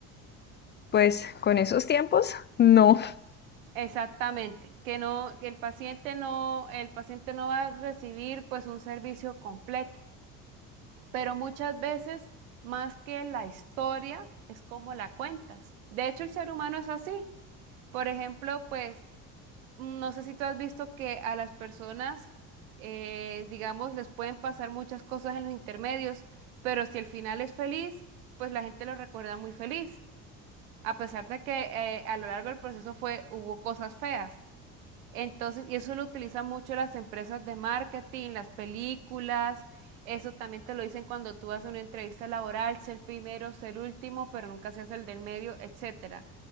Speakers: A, on the left; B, on the right.
A: pues con esos tiempos, no.
B: Exactamente, que no, que el paciente no, el paciente no va a recibir pues un servicio completo, pero muchas veces más que la historia es como la cuentas. De hecho, el ser humano es así. Por ejemplo, pues mm, no sé si tú has visto que a las personas, eh, digamos, les pueden pasar muchas cosas en los intermedios, pero si el final es feliz, pues la gente lo recuerda muy feliz, a pesar de que eh, a lo largo del proceso fue, hubo cosas feas. Entonces, y eso lo utilizan mucho las empresas de marketing, las películas. Eso también te lo dicen cuando tú haces una entrevista laboral, ser el primero, ser el último, pero nunca seas el del medio, etcétera.